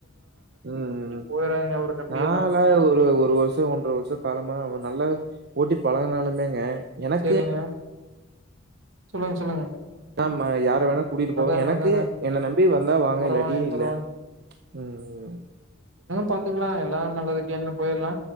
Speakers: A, on the right (about 55°); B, on the right (about 70°).
A: ம் ம் ம்
B: போயிறாதீங்க அவர நம்பி
A: நாலா
B: எல்லா
A: ஒரு ஒரு வருஷோ ஒன்ற வருஷோ காலமா அவன் நல்லா கு ஓட்டி பழகுனாலுமேங்க எனக்கு
B: செரிங்க சொல்லுங்க சொல்லுங்க
A: மா யாரு வேணா கூட்டிட்டு போவ
B: அதாங்க
A: எனக்கு
B: அதாங்க
A: என்ன நம்பி வந்தா வாங்க
B: பரவால்லைங்க
A: இல்லாட்டி இல்ல
B: பரவால்ல
A: ம் ம்
B: பாத்துகலா எல்லா நல்லதுகேனு போயிர்லா